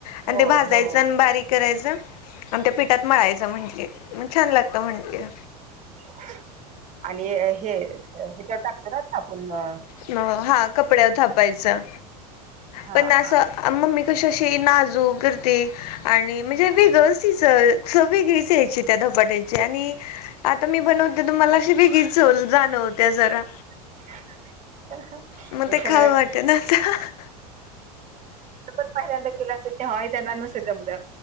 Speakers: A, on the left (about 70°); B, on the right (about 40°).
A: आणि
B: हो
A: ते भाजायचं
B: हो
A: आणि बारीक करायचं. आणि त्या पिठात मळायचं म्हटले म छान लागतं, म्हटले.
B: <unintelligible> आणि हे हेच्याव टा <unintelligible>
A: न हा कपड्यावर थापायचं
B: हा
A: पण असं
B: हा
A: अ मम्मी कशी अशी नाजूक करते. आणि म्हणजे, वेगळंच तिच वेगळीच यायची त्या धपाट्याची आणि आता मी बनवते तर मला वेगळीच चव जाणवते जरा.
B: <unintelligible>
A: मग ते
B: सगळं
A: खावं वाटे ना आता.
B: पण पहिल्यांदा केलं असेल, तेव्हा हे नसेल त्यांना जमलं